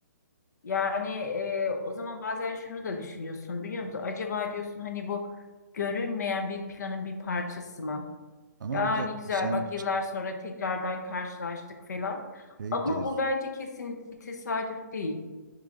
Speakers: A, on the left (about 65°); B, on the right (about 80°).
A: Yani e, o zaman bazen şunu da düşünüyorsun biliyor musun? Acaba diyorsun hani bu görünmeyen bir planın bir parçası mı?
B: Ama
A: Aa
B: bir dakika
A: ne güzel
B: sen
A: bak yıllar sonra tekrardan karşılaştık falan.
B: şey
A: Ama
B: dedi,
A: bu bence kesinlikle tesadüf değil.